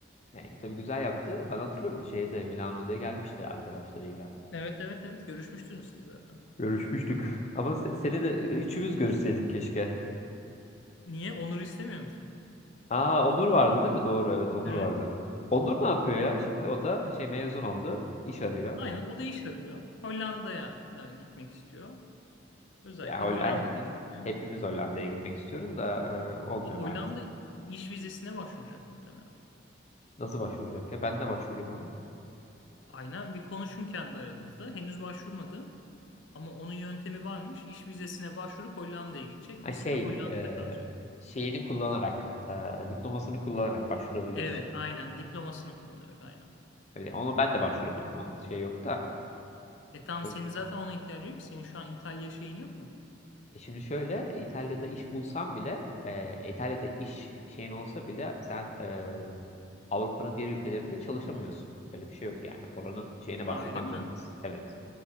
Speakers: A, on the left; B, on the left.
A: Yani tabii güzel yaptı. Ben hatırlıyorum şeyde Milano'da gelmişti arkadaşlarıyla.
B: Evet evet evet görüşmüştünüz siz zaten.
A: Görüşmüştük. Ama se- seni de e, üçümüz görüşseydik keşke.
B: Niye? Onur'u istemiyor musun?
A: Aa Onur vardı değil mi? Doğru evet Onur
B: Evet.
A: vardı. Onur ne yapıyor ya? Şimdi o da şey mezun oldu. iş arıyor.
B: Aynen o da iş arıyor. Hollanda'ya e, gitmek istiyor. Özellikle
A: Ya Hollanda,
B: Hollanda'da iş arıyor.
A: hepimiz Hollanda'ya gitmek istiyoruz da e, olmuyor
B: O Hollanda
A: maalesef.
B: iş vizesine başvuracak muhtemelen.
A: Nasıl başvuracak ya? Ben de başvurayım onu.
B: Aynen bir konuşun kendi aranızda. Henüz başvurmadı ama onun yöntemi varmış. İş vizesine başvurup Hollanda'ya gidecek.
A: Ha,
B: Bir
A: Şey,
B: süre Hollanda'da
A: e,
B: kalacak.
A: şeyini kullanarak, e, diplomasını kullanarak başvurabiliyorsun.
B: Evet, aynen diplomasını kullanarak aynen.
A: Öyle, ona ben de başvurabilirim. Onun şey yok da.
B: E tam
A: E,
B: senin zaten ona ihtiyacın yok ki. Senin şu an İtalya şeyin yok mu?
A: Şimdi şöyle, İtalya'da iş bulsan bile, e, İtalya'da iş şeyin olsa bile sen e, Avrupa'nın diğer ülkelerinde çalışamıyorsun. Öyle bir şey yok yani. Oranın şeyine
B: Ha
A: başvurmak
B: öyle mi?
A: zorundasın. Evet.